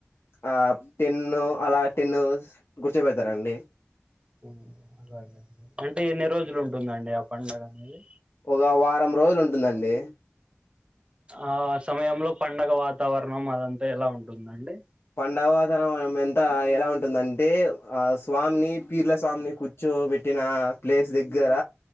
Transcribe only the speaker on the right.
హ్మ్ అలగా అంటే ఎన్ని రోజులుంటుందండి ఆ పండగ అనేది
ఆ సమయంలో పండగ వాతావరణం అదంతా ఎలా ఉంటుందండి